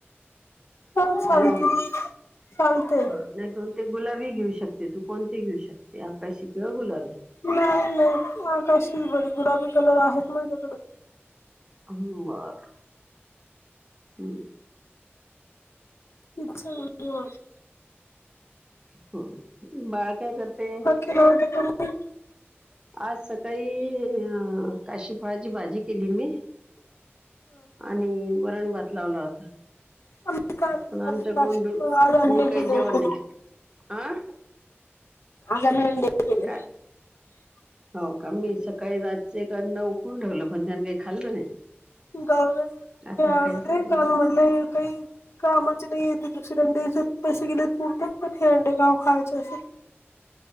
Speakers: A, on the left; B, on the right.
A: हा, चालती.
B: हॅलो
A: चालतय.
B: हा नाही, तू ते गुलाबी घेऊ शकते तू. कोणती ही घेऊ शकते. आकाशी किंवा गुलाबी.
A: नाही, नाही. आकाशीच बरी. गुलाबी कलर आहेत माझ्याकडं.
B: ह बरं. हम्.
A: ते चांगलाच.
B: हं. बाळ काय करतय?
A: <inaudible>
B: आज सकाळी, अ काशीफळाची भाजी केली मी. आणि वरणभात लावला होता.
A: आम्ही काल
B: पण आमच्या
A: खाल्ली काशी
B: गोंडूनी
A: आज अंडे
B: काय,
A: केले
B: जेवण
A: होते.
B: नाही केलं. आं.
A: आजा मंडे.
B: का?
A: <inaudible>
B: हो, का? मी सकाळी रातचे एक अंड उकडून ठेवलं. पण त्यांन काय खाल्लं नाही.
A: गाव <unintelligible>
B: आता
A: म्हटलं
B: खाईल तर काय माहित.
A: हे काही कामाचे नाही. येते दुसरी अंडेच्या पैसे गेले पुरतात. पण हे अंडे गाव खायचे असेल.